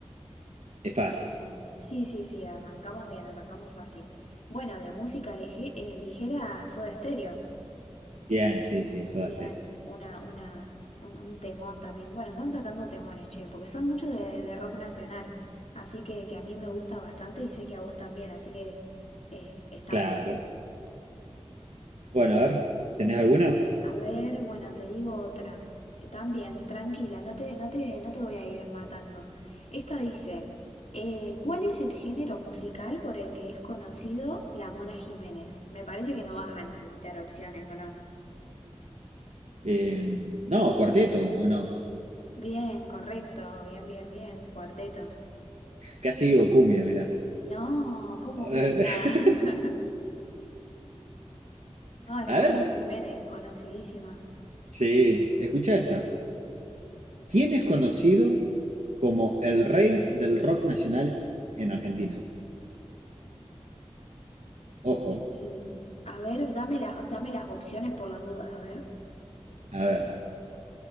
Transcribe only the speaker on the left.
Bien. Sí, sí, sí, arrancamos bien, arrancamos fácil. Bueno, de música lege- eh, ligera, Soda Stereo.
Bien.
Una, una, un, un temón también. Bueno, están sacando temones, che, porque son muchos de, de rock nacional. Así que, que a mí me gusta bastante y sé que a vos también, así que eh, están
buenos.
A ver, bueno, te digo otra. Eh, También, tranquila, no te, no te, no te voy a ir matando. Esta dice, eh, ¿cuál es el género musical por el que es conocido la Mona Jiménez? Me parece que no vas a necesitar opciones, ¿o no?
Bien, correcto, bien, bien, bien, cuarteto.
No, ¿cómo
cumbia?
<laughs>
No, la
Mona
Jiménez, conocidísima.
Sí. A ver, dame las, dame las opciones por las dudas, a ver.